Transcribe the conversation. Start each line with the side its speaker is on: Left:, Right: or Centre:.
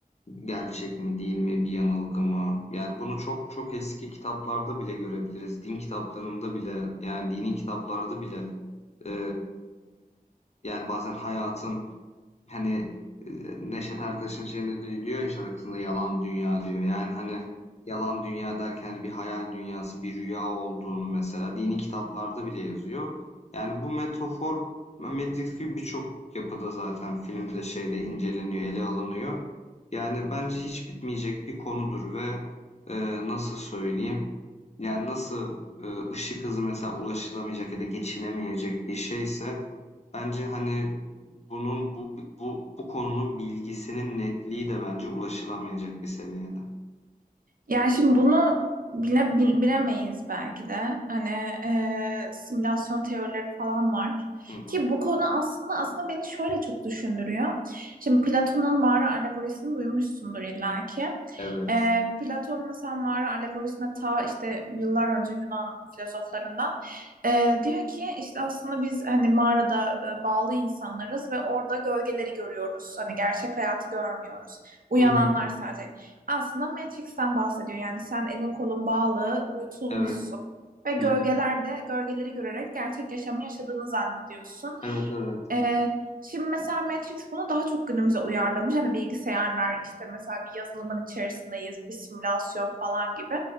Left: Gerçek mi değil mi? Bir yanılgı mı? Yani bunu çok çok eski kitaplarda bile görebiliriz. Din kitaplarında bile yani dini kitaplarda bile eee, yani bazen hayatın Hani, eee, Neşet Ertaş'ın şeyinde di diyor ya şarkısında "Yalan dünya" diyor. Yani, hani, yalan dünya derken bir hayal dünyası, bir rüya olduğunu mesela dini kitaplarda bile yazıyor. Yani bu metafor m Matrix gibi birçok yapıda zaten filmde, şeyde inceleniyor, ele alınıyor. Yani bence hiç bitmeyecek bir konudur ve, eee, nasıl söyleyeyim, yani nasıl, ııı, ışık hızı mesela ulaşılamayacak ya da geçilemeyecek bir şeyse bence, hani, bunun bu bu bu konunun bilgisinin netliği de bence ulaşılamayacak bir seviyede.
Right: Yani şimdi bunu bile, bil- bilemeyiz belki de. Hani e, simülasyon teorileri falan var.
Left: Hı hı.
Right: Ki bu konu aslında aslında beni şöyle çok düşündürüyor. Şimdi Platon'un mağara alegorisini duymuşsundur illaki.
Left: Evet.
Right: E, Platon mesela mağara alegorisinde ta işte yıllar önce Yunan filozoflarından e, diyor ki işte aslında biz hani mağarada e, bağlı insanlarız ve orada gölgeleri görüyoruz. Hani gerçek hayatı görmüyoruz. Uyananlar
Left: Hı hı.
Right: sadece aslında Matrix'ten bahsediyor. Yani sen elin kolun bağlı, uyutulmuşsun
Left: Evet.
Right: ve gölgelerde
Left: Hı hı.
Right: gölgeleri görerek gerçek yaşamı yaşadığını zannediyorsun.
Left: Evet, evet.
Right: Ee, şimdi mesela Matrix bunu daha çok günümüze uyarlamış. Hani bilgisayarlar işte mesela bir yazılımın içerisindeyiz, bir simülasyon falan gibi.